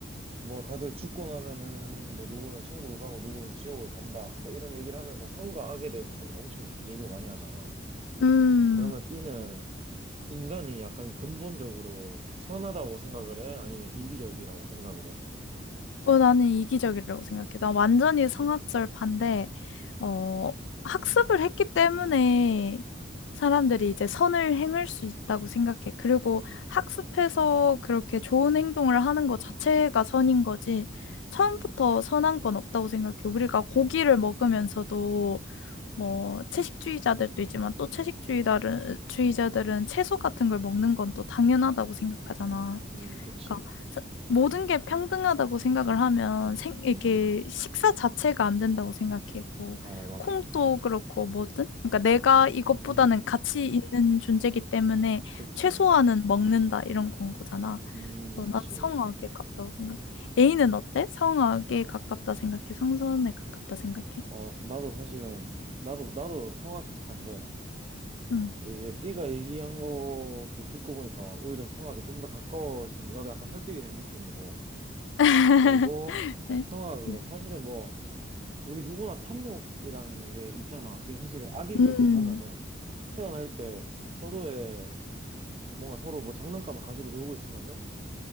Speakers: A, on the right; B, on the left.
A: 뭐 다들 죽고 나면은 뭐 누구는 천국을 가고 누구는 지옥을 간다 뭐 이런 얘기를 하면서 선과 악에 대해서도 엄청 얘기를 많이 하잖아.
B: 음.
A: 그러면 B는 인간이 약간 근본적으로 선하다고 생각을 해? 아니면 이기적이라고 생각을 해?
B: 어, 나는 이기적이라고 생각해. 난 완전히 성악설 반대, 어, 학습을
A: 음, 음,
B: 했기 때문에 사람들이 이제 선을 행할 수 있다고 생각해. 그리고 학습해서 그렇게 좋은 행동을 하는 것 자체가 선인 거지. 처음부터
A: 음,
B: 선한 건 없다고 생각해. 우리가 고기를 먹으면서도 뭐 채식주의자들도 있지만 또 채식주의자들은 주의자들은 채소 같은 걸 먹는 건 또 당연하다고 생각하잖아.
A: 음, 그치.
B: 그러니까 사- 모든 게 평등하다고 생각을 하면 생, 이게
A: 음, 음.
B: 식사 자체가 안 된다고 생각해. 뭐
A: 어, 맞아.
B: 콩도 그렇고 뭐든. 그러니까 내가 이것보다는
A: 음,
B: 가치 있는 존재이기 때문에
A: 그렇지.
B: 최소한은 먹는다 이런 건 거잖아.
A: 음,
B: 어,
A: 그치.
B: 난 성악에 가깝다고 생각해. A는 어때? 성악에 가깝다 생각해? 성선에 가깝다 생각해?
A: 어, 나도 사실은, 나도, 나도 성악파인데,
B: 응.
A: 근데 이제 B가 얘기한 것도 듣고 보니까 오히려 성악에 좀 더 가까워진다. 나도 약간 설득이 된 느낌이고.
B: <laughs>
A: 그리고
B: 네.
A: 성악이란
B: 음,
A: 사실은 뭐 우리 누구나 탐욕이란 게 있잖아. 그게 사실 아기들도
B: 음,
A: 보면은 태어날 때 서로의 뭔가 서로 뭐 장난감을 가지고 놀고 있으면은